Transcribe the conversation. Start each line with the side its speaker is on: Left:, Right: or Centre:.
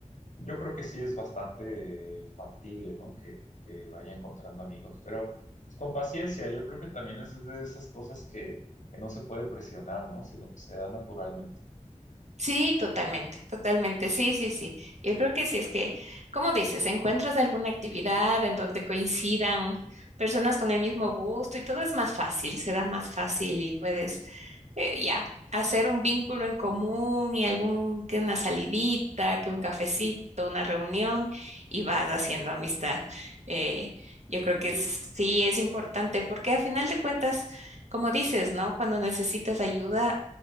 Left: Yo creo que sí es bastante factible, ¿no? Que, que vaya encontrando amigos, pero pues, con paciencia, yo creo que también es de esas cosas que, que no se puede presionar, ¿no? Sino que se da naturalmente.
Right: Sí, totalmente, totalmente, sí, sí, sí. Yo creo que sí es que, como dices, encuentras alguna actividad en donde coincidan personas con el mismo gusto y todo es más fácil, se da más fácil y puedes eh, ya, hacer un vínculo en común y algún, que una salidita, que un cafecito, una reunión y vas haciendo amistad. Eh, yo
Left: Y,
Right: creo que sí es importante porque al final de cuentas, como dices, ¿no? Cuando necesitas ayuda,